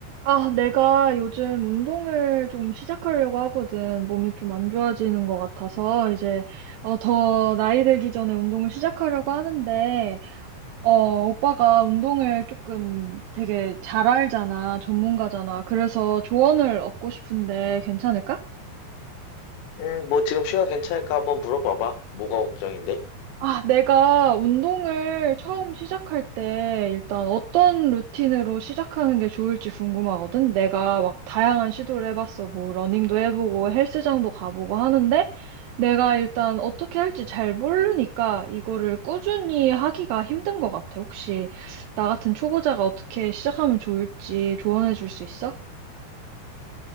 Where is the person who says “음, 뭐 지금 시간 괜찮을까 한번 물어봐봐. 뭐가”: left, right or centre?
Left